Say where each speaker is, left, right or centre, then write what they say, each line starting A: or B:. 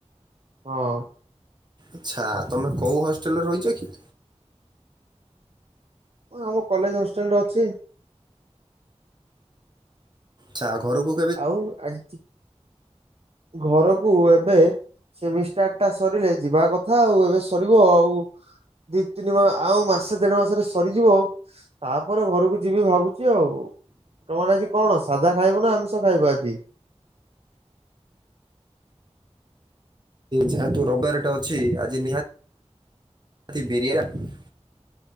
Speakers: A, on the right; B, on the right.
A: ହଁ।
B: ଆଚ୍ଛା ତମେ କୋଉ ହଷ୍ଟେଲରେ ରହିଛ କି?
A: ହଁ ଆମ କଲେଜ ହଷ୍ଟେଲରେ ଅଛି।
B: ଚା ଘରୁକୁ
A: ଆଉ ଆଜି ଘରକୁ ଏବେ ସେମିଷ୍ଟାର ଟା ସରିଲେ ଯିବା କଥା ଆଉ ଏବେ ସରିବ ଆଉ। ଦି ତିନି ମାସ ଆଉ ମାସେ ଦେଢ ମାସରେ ସରିଯିବ ତାପରେ ଘରକୁ ଯିବି ଭାବୁ ଯୋଓ ତମର ଆଜି କଣ ସାଧା ଖାଇବ ନା ଆମିଷ ଖାଇବ ଆଜି?
B: ଯେହେତୁ ରବିବାର ଟା ଅଛି ଆଜି ନିହାତି <unintelligible>